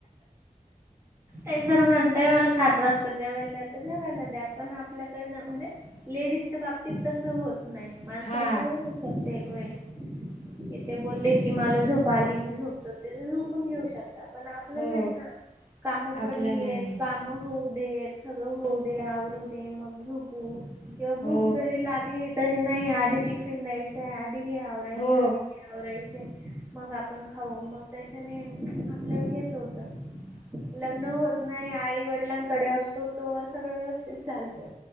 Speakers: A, on the right; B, on the left.
A: ते जर म्हणतय मला सात वाजता जेवायला द्या तर जेवायला द्या पण आपल्याकडनं म्हणजे लेडीजच्या बाबतीत तसं होत नाही. माणसांचं
B: हा
A: होऊ शकत एक वेळेस. कि ते बोलले की, मला झोप आली. मी झोपतो. ते झोपून घेऊ शक ता. पण आपलं
B: हो
A: नाही ना, काम पडलीयेत.
B: आपला नाही
A: कामं होऊ देत. सगळं होऊ दे. आवरू दे. मग झोपू किंवा भूक
B: हो
A: जरी लागली तरी नाही. आधी टिफिन द्यायचाय. आधी हे आवरायचं.
B: हो
A: आधी हे आवरायचंय. मग आपण खाऊ. मग त्याच्याने आपलं हेच होतं. लग्न होत नाही. आई वडिलांकडे असतो, तोवर सगळं व्यवस्थित चालतं.